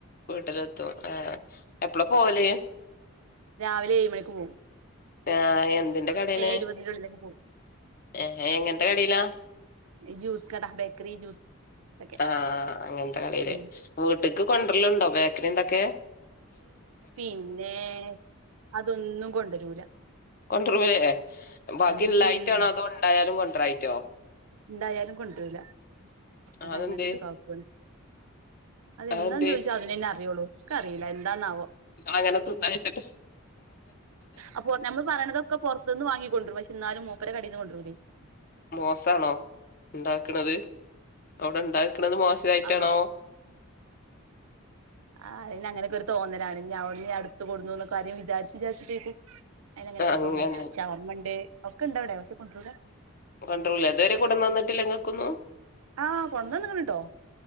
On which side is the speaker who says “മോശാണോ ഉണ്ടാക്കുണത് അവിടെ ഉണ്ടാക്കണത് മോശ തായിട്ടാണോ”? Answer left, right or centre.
Left